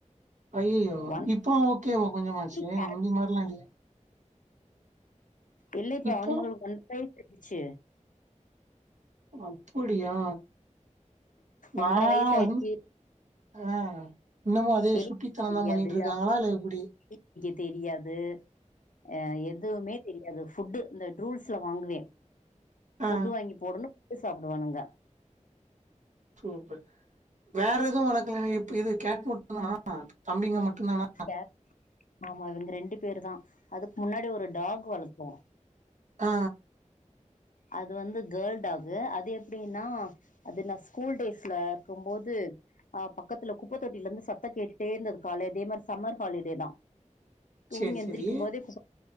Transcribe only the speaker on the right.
அய்யிய்யோ
இப்ப ஓகேவா கொஞ்சமாச்சு
முந்தி மார்லா இல்லியே
இப்போ
அப்புடியா நா
வந்து ஆ இன்னமு அதே
சுட்டித்தனந்தா பண்ணிட்ருக்காங்களா இல்ல எப்படி
ஆ
சூப்பர் வேற எதுவுவளர்க்கல இப்ப இது கேக மட்டு தானா தம்பிங்க மட்டு தானா
ஆ
சேரி
சேரி